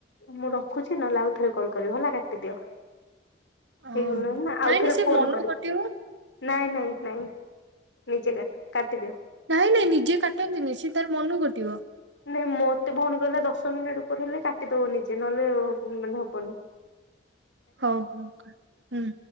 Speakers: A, on the left; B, on the right.
A: ମୁଁ ରଖୁଚି ନହେଲେ ଆଉଥରେ କଲ କରିବି ହେଲା କାଟିଦିଅ।
B: ଓହୋ
A: ହେଇଗଲାଣି ନା ଆଉଥରେ
B: ନାଇଁ ନାଇଁ ସେ
A: ଫୋନ
B: ମନକୁ
A: କରିବ।
B: କଟିବ
A: ନାଇଁ ନାଇଁ ନାଇଁ ନିଜେ କାଟ କାଟିଦିଅ।
B: ନାଇଁ ନାଇଁ ନିଜେ କାଟନ୍ତିନି ସେ ତାର ମନକୁ କଟିବ।
A: ନାଇଁ ମତେ ଭଉଣୀ କଲା ଦଶ ମିନିଟ ଉପରେ ହେଲେ କାଟିଦବ ନିଜେ ନହେଲେ ମାନେ ହବନି।
B: ହଉ ହଉ ହୁଁ।